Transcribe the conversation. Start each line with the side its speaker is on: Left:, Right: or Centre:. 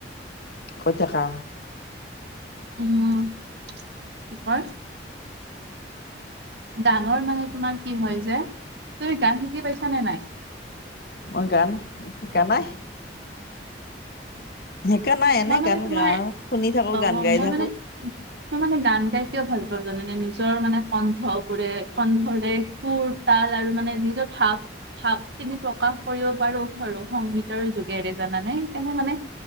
Left: কৈ থাকা।
Right: উম, কি কয়। গানৰ মানে তোমাৰ কি হয় যে, তুমি গান শিকি পাইছ নে নাই?
Left: মই গান শিকা নাই। সিকা নাই এনেই
Right: মই মানে
Left: গান
Right: তোমাৰ
Left: গা শুনি থাকো
Right: অ
Left: গান গাই
Right: মই
Left: থাকো।
Right: মানে মই মানে গান গাই কিয়ও ভাল পাওঁ জানোনে নিজৰ মানে কণ্ঠবোৰে কণ্ঠৰে সুৰ তাল আৰু মানে নিজৰ ভাপ ভাৱ খিনি প্ৰকাশ কৰিব পাৰো ধৰো সংগীতৰ যোগেৰে জানানে সেইকাৰণে মানে